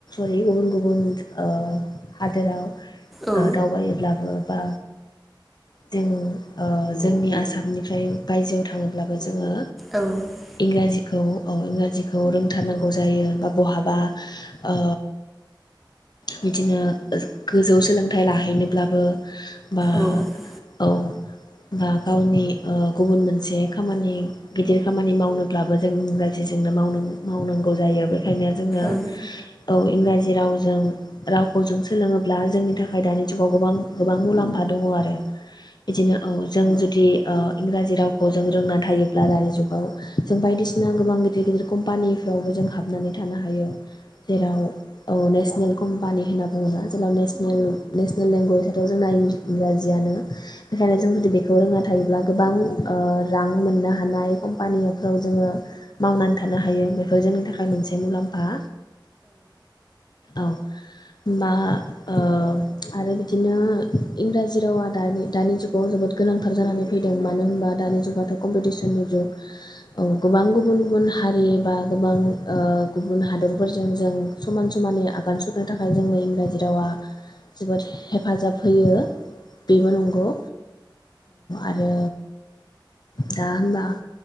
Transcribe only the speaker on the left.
<unintelligible> गुबुन गुबुन ओ हादोराव ओ
दावबायोब्लाबो बा जों ओ जोंनि आसामनिफ्राय बायजोआव थाङोब्लाबो जोङो
इंराजि खौ औ इंराजिखौ रोंथारनांगौ जायो बा बहाबा ओ बिदिनो गोजौ सोलोंथाइ लाहैनोब्लाबो बा
औ बा गावनि ओ गुबुन मोनसे खामानि गिदिर खामानि मावनोब्लाबो जों इंराजिजोंनोमावनाो मावनांगौ जायो बे ओंखायनो जोंनो
औ इंराजि जेराव जों रावखौ जों सोलोङोब्ला जोंनि थाखाय दानि जुगाव गोबां गोबां मुलाम्फा दङ' आरो बिदिनो औ जों जुदि ओ इंराजि रावखौ जों रोंनानै थायोब्ला दानि जुगाव जों बायदिसिना गोबां गिदिर गिदिर कम्पानिफ्रावबो जों हाबनानै थानो हायो जेराव औ नेसनेल कम्पानि होनना बुङोना जेब्ला नेसनेल नेसनेल लेंगुवेज जोंना इज इंराजियनो बेनिखायनो जों जुदि बे थायोब्ला गोबां ओ रां मोननो हानाय कम्पानिफ्राव जोङो मावनानै थानो हायो बे बेफोर जोंनि थाखाय मोनसे मुलाम्फा औ बा ओ आरो बिदिनो इंराजि रावा दानि-दानि जुगाव जोबोद गोनांथार जानानै फैदों मानो होनबा दानि जुगाथ' कम्पिटिसननि जुग गोबां गुबुन गुबुन हारि बा गोबां ओ गुबुन हादरफोरजों जों समान समानै आगान सुरनो थाखाय जोंनो इंराजि रावा जोबोद हेफाजाब होयो। बेबो नंगौ आरो दा होम्बा